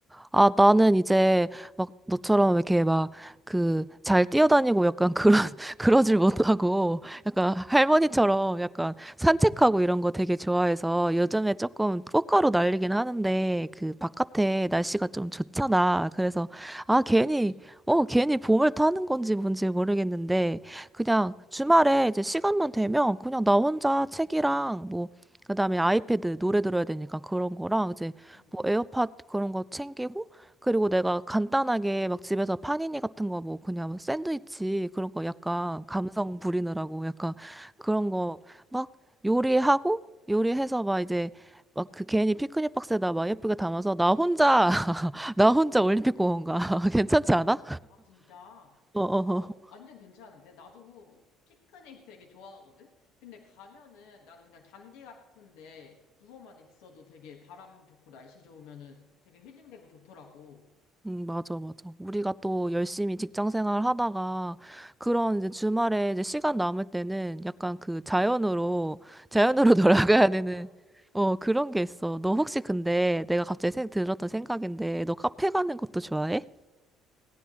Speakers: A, in the centre; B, on the left.
A: 아, 나는 이제 막 너처럼 이렇게 막 그 잘 뛰어다니고 약간 그런, <laughs> 그러질 못하고 약간 할머니처럼
B: 응,
A: 약간 산책하고 이런 거 되게 좋아해서 요즘에 조금 꽃가루 날리긴 하는데 그 바깥에
B: 응.
A: 날씨가 좀 좋잖아. 그래서 아,
B: 그치,
A: 괜히,
B: 그치.
A: 어, 괜히 봄을 타는 건지 뭔지 모르겠는데 그냥 주말에
B: 응,
A: 이제 시간만 되면 그냥 나 혼자 책이랑 뭐 그다음에 아이패드 노래 들어야 되니까 그런 거랑 이제
B: 응,
A: 뭐 에어팟 그런 거 챙기고 그리고 내가 간단하게 막 집에서 파니니 같은 거 뭐 그냥 뭐 샌드위치 그런 거 약간 감성
B: 응.
A: 부리느라고 약간 그런
B: 응.
A: 거 막 요리하고 요리해서 막 이제 막 그 괜히 피크닉 박스에다 막 예쁘게 담아서 나 혼자 <laughs> 나 혼자 올림픽 공원 가 <laughs> 괜찮지 않아?
B: 아, 진짜?
A: 어어
B: 어, 완전 괜찮은데? 나도 피크닉 되게 좋아하거든? 근데 가면은 나는 그냥 잔디 같은데 누워만 있어도 되게 바람 좋고 날씨 좋으면은 되게 힐링되고 좋더라고.
A: 음, 맞아, 맞아. 우리가 또 열심히 직장 생활 하다가 그런 이제 주말에 이제 시간 남을 때는 약간 그 자연으로, 자연으로 <laughs> 돌아가야
B: 맞아,
A: 되는,
B: 맞아.
A: 어, 그런 게 있어. 너 혹시 근데 내가 갑자기 생, 들었던
B: 어.
A: 생각인데 너 카페 가는 것도 좋아해?